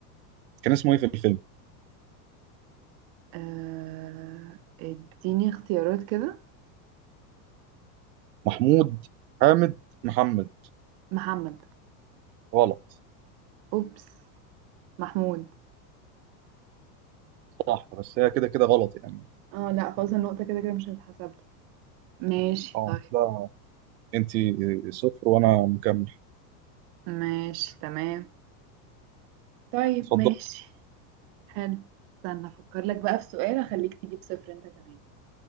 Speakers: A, on the right (about 85°); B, on the right (about 45°).
A: كان اسمه ايه في الفيلم
B: آه اديني اختيارات كده
A: محمود حامد محمد
B: محمد
A: غلط
B: اوبس محمود
A: صح بس هي كده كده غلط يعني
B: اه لا خلاص النقطة كده كده مش هتتحسب ماشي
A: اه
B: طيب
A: لا انت صفر وانا مكمل
B: ماشي تمام طيب
A: اتفضل
B: ماشي حلو استنى افكر لك بقى في سؤال اخليك تجيب صفر انت كمان